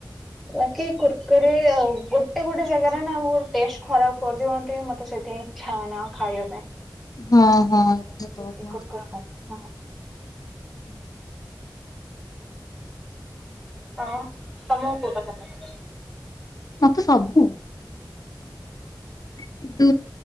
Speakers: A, in the centre; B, on the left.
A: ବାକି କୁର୍କୁରି ଆଉ ଗୋଟେ ଗୋଟେ ଜାଗାରେ ନା ମୋର୍ ଟେଷ୍ଟ ଖରାପ୍ କର୍ଦିଅନ୍ତି ମତେ ସେଥିପାଇଁ ଇଛାଉନି ଆଉ ଖାଇବା ପାଇଁ।
B: ହଁ, ହଁ। ସେଇଟା ବି ସତକଥା।
A: କୁର୍କୁରି ଖାଇବା ହଁ।
B: ହୁଁ।
A: ଆଉ ତମକୁ କୋଉଟା ଭଲ ଲାଗେ?
B: ମତେ ସବୁ। କିନ୍ତୁ